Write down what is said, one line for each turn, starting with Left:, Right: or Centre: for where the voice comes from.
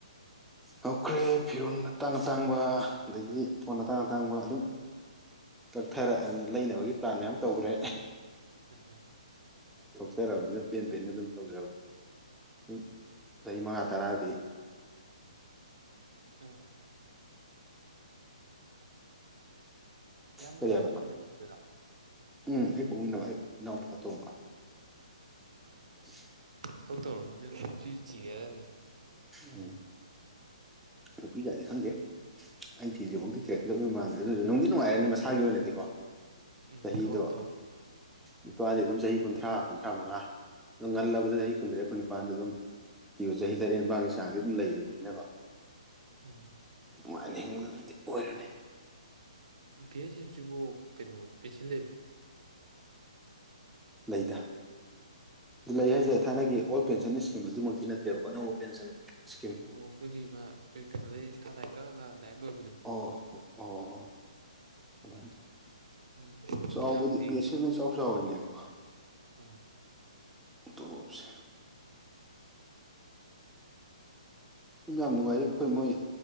Centre: ꯍꯧꯈ꯭ꯔꯦ ꯐꯤꯔꯣꯜ ꯑꯇꯥꯡ ꯑꯇꯥꯡꯕ ꯑꯗꯒꯤ ꯐꯣꯟ ꯑꯇꯥꯡ ꯑꯇꯥꯡꯕ ꯑꯗꯨꯝ ꯀꯛꯊꯔ ꯂꯩꯅꯕꯒꯤ ꯄ꯭ꯂꯥꯟ ꯃꯌꯥꯝ ꯇꯧꯈ꯭ꯔꯦ
Right: ꯎꯝ ꯍꯝ <unintelligible> <inaudible>
Centre: ꯆꯠꯆꯔꯕꯅꯤꯅ ꯄꯦꯟ ꯄꯦꯟ ꯑꯗꯨꯝ ꯇꯧꯖꯕ ꯑꯗꯨꯝ ꯆꯍꯤ ꯃꯉꯥ ꯇꯔꯥꯗꯤ
Right: ꯎꯝ <unintelligible> <inaudible> ꯏꯌꯥꯝꯕ
Centre: ꯀꯩꯕ
Right: ꯀꯗꯥꯏ ꯄꯥꯎꯃꯤꯟꯅꯗꯔꯥ
Centre: ꯎꯝ ꯑꯩ ꯄꯣꯛꯃꯤꯟꯅꯕ ꯑꯩ ꯏꯅꯥꯎꯄꯥ ꯑꯇꯣꯝꯕ <unintelligible> <inaudible>
Right: ꯊꯕꯛ ꯇꯧꯔꯅꯤꯅ ꯅꯨꯄꯤꯁꯨ ꯊꯤꯒꯦꯔꯅꯤ
Centre: ꯎꯝ ꯅꯨꯄꯤ ꯀꯗꯤ ꯈꯪꯗꯦ ꯑꯩ ꯊꯤꯗ꯭ꯔꯤꯐꯧꯗꯤ ꯊꯤꯔꯛꯀꯗꯕꯅꯤ ꯃꯃꯥꯟꯗꯦ ꯑꯗꯨꯁꯨ ꯅꯨꯡꯗꯤ ꯅꯨꯡꯉꯥꯏꯔꯅꯤ ꯃꯁꯥꯒꯤ ꯑꯣꯏꯅꯗꯤꯀꯣ
Right: ꯎꯝ
Centre: ꯆꯍꯤꯗꯣ
Right: ꯊꯕꯛ ꯑꯃ ꯇꯧꯕ
Centre: ꯅꯨꯄꯥꯗꯤ ꯑꯗꯨꯝ ꯆꯍꯤ ꯀꯨꯟꯊ꯭ꯔꯥ ꯀꯨꯟꯊ꯭ꯔꯥ ꯃꯉꯥ ꯑꯗꯨꯝ ꯉꯜꯂꯕꯗ ꯆꯍꯤ ꯀꯨꯟꯇ꯭ꯔꯦꯠ ꯀꯨꯟꯅꯤꯄꯥꯟꯗ ꯑꯗꯨꯝ ꯄꯤꯌꯣ ꯆꯍꯤ ꯇꯔꯦꯠ ꯅꯤꯄꯥꯜꯒꯤ ꯆꯥꯡꯗꯤ ꯑꯗꯨꯝ ꯂꯩꯔꯤꯕꯅꯤꯅꯀꯣ
Right: ꯎꯝ
Centre: ꯎ ꯑꯣꯏꯔꯅꯦ
Right: ꯚꯤ ꯑꯦꯁ ꯑꯦꯐ ꯁꯤꯕꯨ ꯀꯩꯅꯣ ꯄꯦꯟꯁꯤꯟ ꯂꯩꯕ꯭ꯔꯥ
Centre: ꯂꯩꯗ ꯂꯩ ꯍꯥꯏꯁꯦ ꯊꯥꯏꯅꯒꯤ ꯍꯣꯜ ꯄꯦꯟꯁꯟ ꯏꯁꯀꯤꯝ ꯑꯗꯨꯃꯛꯇꯤ ꯅꯠꯇ꯭ꯔꯦꯕꯀꯣ ꯑꯅꯧꯕ ꯄꯦꯟꯁꯟ ꯏꯁꯀꯤꯝ
Right: ꯑꯣ ꯑꯩꯈꯣꯏꯒꯤ ꯏ ꯃꯥ ꯀꯩꯅꯣꯗꯒꯤꯩ ꯊꯥꯗꯥꯏ ꯀꯛꯑꯒ ꯗꯥꯏ ꯂꯣꯏ
Centre: ꯑꯣ ꯑꯣ ꯑꯗꯨꯃꯅ
Right: ꯎꯝ
Centre: ꯆꯥꯎ
Right: ꯄꯩꯁꯥ
Centre: ꯕꯗꯤ
Right: ꯅꯨꯡꯇꯤꯒꯤ
Centre: ꯁꯅꯦ ꯆꯥꯎ ꯆꯥꯎꯅꯦꯕ
Right: ꯑꯥ
Centre: ꯇꯔꯣꯕꯁꯦ ꯑꯗꯨꯝ ꯌꯥꯝ ꯅꯨꯡꯉꯥꯏꯔꯤ ꯃꯈꯈꯣꯏ ꯃꯣꯏ